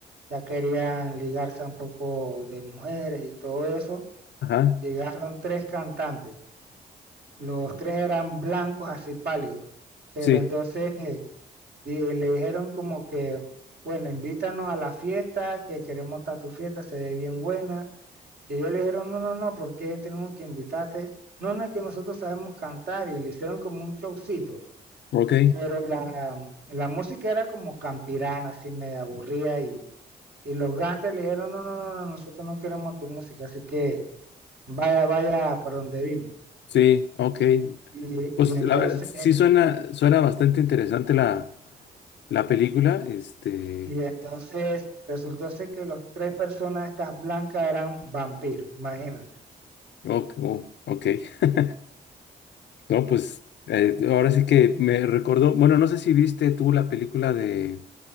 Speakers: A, on the right; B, on the left.
A: ya querían ligarse a un poco de mujeres y todo eso,
B: Ajá,
A: llegaron tres cantantes los tres eran blancos, así pálidos. Pero
B: sí,
A: entonces eh, di- le dijeron como que, bueno, invítanos a la fiesta, que queremos estar a tu fiesta, se ve bien buena. Y ellos le dijeron, no, no, no, ¿por qué tenemos que invitarte? No, no, es que nosotros sabemos cantar y le hicieron como un showcito.
B: ok,
A: Pero la, la música era como campirana, así medio aburrida y, y los gangsters le dijeron, no, no, no, no, nosotros no queremos tu música, así que vaya, vaya para donde vino.
B: sí, ok.
A: Y,
B: Pues
A: y entonces
B: la verdad, sí suena, suena bastante interesante la, la película, este,
A: Y entonces resultó ser que las tres personas estas blancas eran vampiros, imagínate.
B: oh, oh, ok. <laughs> No, pues eh, ahora sí que me recordó, bueno, no sé si viste tú la película de